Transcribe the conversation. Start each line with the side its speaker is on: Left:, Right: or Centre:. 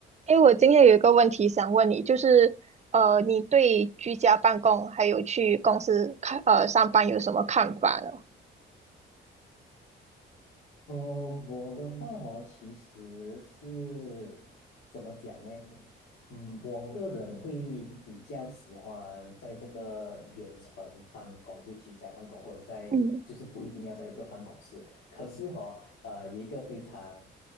Right: 哎，我今天有一个问题想问你，就是呃，你对居家办公还有去公司看呃上班有什么看法呢？
Left: 呃，我的话哦，其实是怎么讲呢？嗯，我个人会比较喜欢在这个远程办公，就是居家办公，或者在就是不一定要在一个办公室。
Right: 嗯，
Left: 可是哦，呃，有一个非常